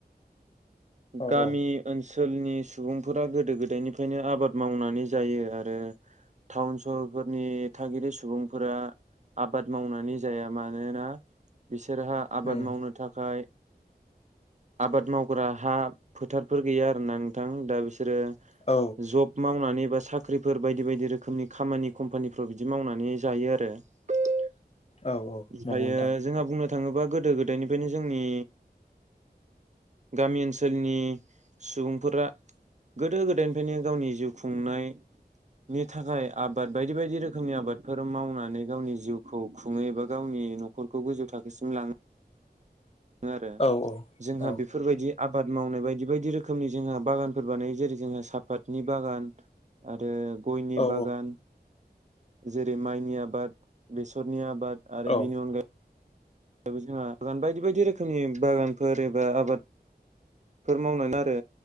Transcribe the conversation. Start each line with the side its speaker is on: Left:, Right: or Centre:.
Left: औ
Right: गामि
Left: औ
Right: ओ ओनसोलनि सुबुंफोरा गोदो गोदायनिफ्रायनो आबाद मावनानै जायो आरो। टाउन सहरफोरनि थागिरि सुबुंफोरा आबाद मावनानै जाया मानोना बिसोरहा आबाद
Left: उम
Right: मावनो थाखाय आबाद मावग्रा हा फोथारफोर गैया आरोना नोंथां दा बिसोर सोरो
Left: औ
Right: जब मावनानै साख्रिफोर बायदि बायदि रोखोमनि खामानि खम्पानिफ्राव बिदि मावनानै जायो आरो। ओमफ्रायो
Left: औ औ नंगौ नोंथां
Right: जोंहा बुंनो थाङोबा गोदो गोदायनिफ्रायनो जोंनि गामि ओनसोलनि सुबुंफोरा गोदो गोदायनिफ्रायनो गावनि जिउ खुंनाय नि थाखाय आबाद बायदि बायदि रोखोमनि आबादफोर मावनानै गावनि जिउखौ खुङो एबा गावनि न'खरखौ गोजौ थाखोसिम लाङो। आरो
Left: औ
Right: जोंहा
Left: औ
Right: बेफोरबायदि आबाद मावनाय बायदि बायदि रोखोमनि जोंहा बागानफोर बानायो जेरै जोंहा साफातनि बागान, आरो गयनि
Left: औ
Right: बागान जेरै माइनि आबाद बेसरनि आबाद। आरो
Left: औ
Right: बिनि अनगायै जोंहा आगान बायदि बायदि रोखोमनि बागानफोर एबा आबाद फोर मावनाय आरो